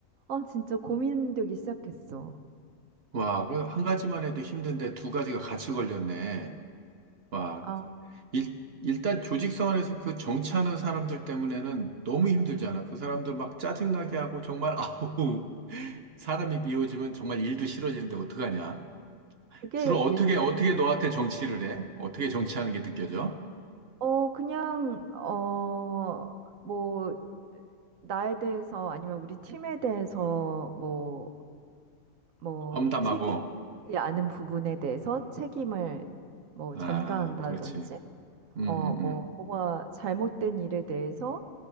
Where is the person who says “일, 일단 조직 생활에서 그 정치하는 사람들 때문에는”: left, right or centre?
Right